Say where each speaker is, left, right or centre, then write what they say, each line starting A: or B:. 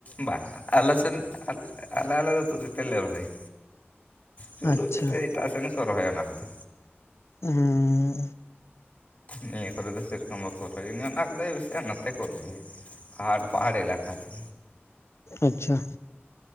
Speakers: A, on the left; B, on the left.
A: ᱵᱟᱝ ᱟᱞᱮ ᱥᱮᱱ ᱟᱞᱮ ᱟᱞᱮ ᱫᱚ ᱛᱩᱫ ᱠᱟᱛᱮᱫ ᱞᱮ ᱨᱚᱦᱚᱭᱟ ᱪᱩᱨᱩᱡ
B: ᱟᱪᱪᱷᱟ
A: ᱛᱮᱫ ᱮᱴᱟᱜ ᱥᱮᱱᱠᱚ ᱨᱚᱦᱚᱭᱟ ᱚᱱᱟ ᱠᱚᱫᱚ
B: ᱦᱩᱸ
A: ᱱᱤᱭᱟᱹ ᱠᱚᱨᱮ ᱫᱚ ᱥᱮᱨᱚᱠᱚᱢ ᱵᱟᱠᱚ ᱨᱚᱦᱚᱭᱤᱭᱟᱹ ᱚᱱᱟ ᱠᱚᱫᱚ ᱵᱮᱥᱤᱭ ᱱᱟᱛᱮ ᱠᱚ ᱨᱚᱦᱚᱭᱟ ᱟᱨ ᱯᱟᱦᱟᱲ ᱮᱞᱟᱠᱟ ᱥᱮ
B: ᱟᱪᱪᱷᱟ